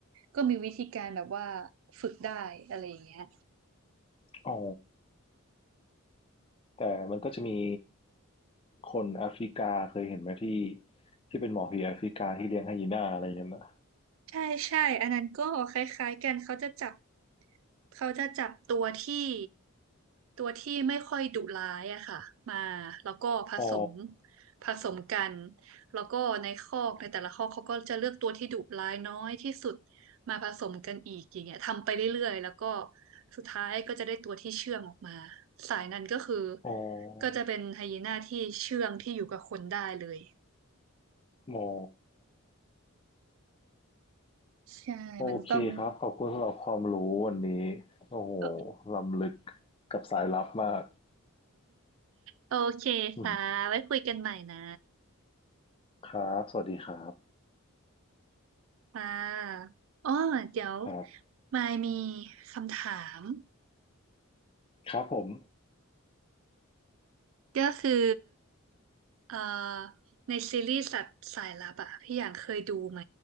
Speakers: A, on the right; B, on the left.
A: ก็มีวิธีการแบบว่าฝึกได้อะไรอย่างเงี้ย
B: อ๋อแต่มันก็จะมีคนแอฟริกาเคยเห็นไหมที่ที่เป็นหมอผีแอฟริกาที่เลี้ยงไฮยีน่าอะไรอย่างเงี้ยนะ
A: ใช่ใช่ อันนั้นก็คล้ายๆกันเขาจะจับเขาจะจับตัวที่ตัวที่ไม่ค่อยดุร้ายอะค่ะมาแล้วก็ผสม
B: อ๋อ
A: ผสมกันแล้วก็ในคอกในแต่ละคอกเขาก็จะเลือกตัวที่ดุร้ายน้อยที่สุดมาผสมกันอีกอย่างเงี้ยทำไปเรื่อยๆแล้วก็สุดท้ายก็จะได้ตัวที่เชื่องออกมาสายนั้นก็คือ
B: อ๋อ
A: ก็จะเป็นไฮยีน่าที่เชื่องที่อยู่กับคนได้เลย
B: หมอ
A: ใช่มันต้อง
B: โอเคครับขอบคุณสำหรับความรู้วันนี้โอ้โห
A: เออ
B: ล้ำลึกกับสายลับมาก
A: โอเคค่ะไว้คุยกันใหม่นะ
B: อืมครับสวัสดีครับ
A: ค่ะอ๋อเดี๋ยว
B: ครับ
A: มายมีคำถาม
B: ครับผม
A: ก็คือเอ่อในซีรีส์สัตว์สายลับอะพี่อย่างเคยดูไหม